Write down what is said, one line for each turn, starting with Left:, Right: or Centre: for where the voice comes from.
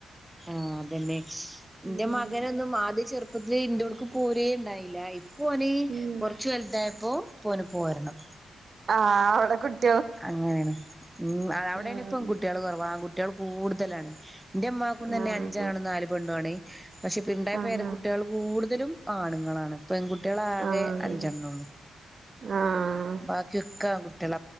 Centre: ആഹ് അതെനെയ് എന്റെ
Right: ഉം
Centre: മകനൊന്നും ആദ്യം ചെർ രെ ഇന്റോട്ക്ക്‌ പോരേ ഇണ്ടായില ഇപ്പോന്
Right: ഉം
Centre: കൊറച്ച് വെൽതായപ്പോ ഇപ്പോന് പോരണം.
Right: ആഹ് അവടെ കുട്ട
Centre: അങ്ങനെ ഉം അത അവടയ്ന്
Right: ഉം
Centre: പെൺകുട്ടികള് കുറവാ ആൺകുട്ടി കള് കൂട്തലാണ് എന്റെ ഉമ്മാക്കും തനെ
Right: ആഹ്
Centre: അഞ്ചാണും നാല് പെണ്ണു ആണ് പഷേപ്പ് ഇണ്ടായ
Right: ആഹ്
Centre: പേരക്കുട്ടികൾ കൂടുതലും ആണുങ്ങളാണ്. പെൺകുട്ടികളെ ആകെ
Right: ആഹ്
Centre: അഞ്ചണ്ണേള്ളൂ
Right: ആഹ്
Centre: ബാക്കിയൊക്കെ ആൺ കുട്ടികള